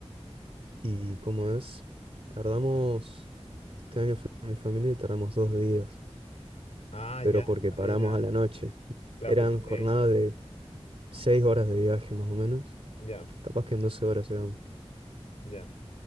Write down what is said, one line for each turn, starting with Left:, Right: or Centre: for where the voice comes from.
Right: Y como es, tardamos, este año fui con mi familia y tardamos dos días,
Left: Ah,
Right: pero
Left: ya,
Right: porque
Left: igual
Right: paramos
Left: era.
Right: a la noche.
Left: Claro,
Right: Eran
Left: pensé que
Right: jornadas
Left: me iba a decir.
Right: Seis horas de viaje más o menos.
Left: Ya,
Right: Capaz que en doce horas llegamos.
Left: ya.